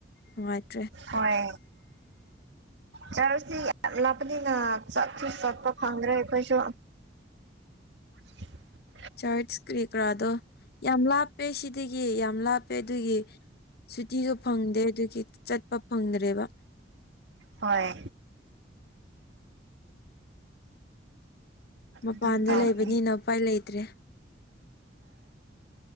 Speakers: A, on the left; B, on the right.
A: ꯅꯨꯡꯉꯥꯏ
B: ꯍꯣꯏ ꯆꯔꯁꯤ ꯌꯥꯝ ꯂꯥꯞꯅꯤꯅꯥ ꯁꯠꯄ ꯐꯪꯒ꯭ꯔꯦ ꯑꯩꯈꯣꯏꯁꯨ <inaudible> <inaudible>
A: ꯆꯔꯠꯁ ꯀꯔꯤ ꯀꯔꯥꯗꯣ ꯌꯥꯝ ꯂꯥꯞꯄꯦ ꯁꯤꯗꯒꯤ ꯌꯥꯝ ꯂꯥꯞꯄꯦ ꯑꯗꯨꯒꯤ ꯁꯨꯇꯤꯁꯨ ꯐꯪꯗꯦ ꯑꯗꯨꯗꯤ ꯆꯠꯄ ꯐꯪꯗ꯭ꯔꯦꯕ
B: ꯍꯣꯏ
A: ꯃꯄꯥꯟꯗ
B: ꯑꯗꯨꯝ ꯇꯧꯕꯅꯤ
A: ꯂꯩꯕꯅꯤꯅ ꯎꯄꯥꯏ ꯂꯩꯇ꯭ꯔꯦ